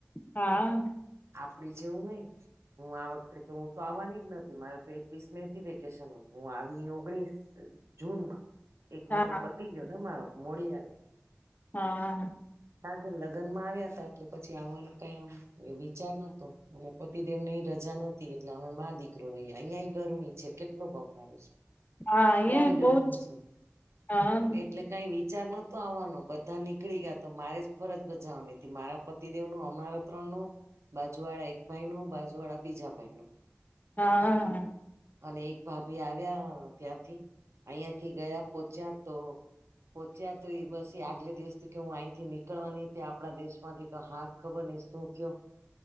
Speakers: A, on the left; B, on the right.
A: હા.
B: આપડી જેવું નઈ. હું આ વખતે હું તો આવવાની જ નથી મારે તો એકવીસ મે હતી વેકેશન હું આવી ઓગણીસ. જૂનમાં એક
A: હા
B: મહિનો પતી ગયો ને મારો મોડી આવી.
A: હા.
B: કારણ કે લગ્નમાં આવ્યા હતા એટલે પછી આવવાનું કઈ આમ એ વિચાર નતો અને. પતિ દમને અ રજા નથી એટલે અમે મા દીકરો રહીએ અહિયાં ગરમી છે કેટલો બફારો છે.
A: હા
B: ત્યાંય
A: એ
B: ગરમી
A: બહુ જ
B: છે
A: હા
B: એટલે. કઈ વિચાર નતો આવવાનો બધા નીકળી ગયા તો મારે જ ફરજ બજાવવાની મારા. પતિદેવનુંું હમણારા ત્રણ નું બાજુ વાળા એક ભાઈ નું બાજુ વાળા બીજા ભાઈનુંું
A: હા.
B: અને એક ભાભી આવ્યા ત્યાંથી અહંથી ગયા પોહચ્યા તો. પોહોંચ્યા તો એ બસ એ આગલે દિવસથી કે હું અહીંથી નીકળવાની હતી આપણા દેશ માંથી તો હાથ. ખબર નઈ શું થયો